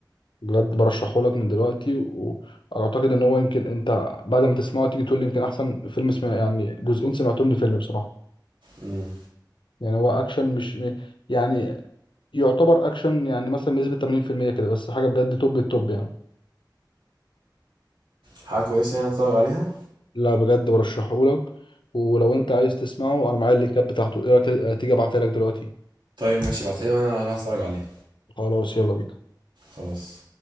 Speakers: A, on the left (about 85°); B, on the right (about 80°).
A: بجد برشحه لك من دلوقتي واعتقد ان هو يمكن انت بعد ما تسمعه تيجي تقول لي يمكن احسن فيلم سمع يعني جزئين سمعتهم لفيلم بصراحه
B: امم
A: يعني هو اكشن مش م- يعني يعتبر اكشن يعني مثلا بنسبه 80% كده بس حاجه بجد توب التوب يعني
B: حاجه كويسه يعني اتفرج عليها
A: لا بجد برشحه لك ولو انت عايز تسمعه انا معايا اللينكات بتاعته ايه رايك تيجي ابعتها لك دلوقتي
B: طيب ماشي ابعتها لي وانا اروح اتفرج عليها
A: خلاص يلا بينا
B: خلاص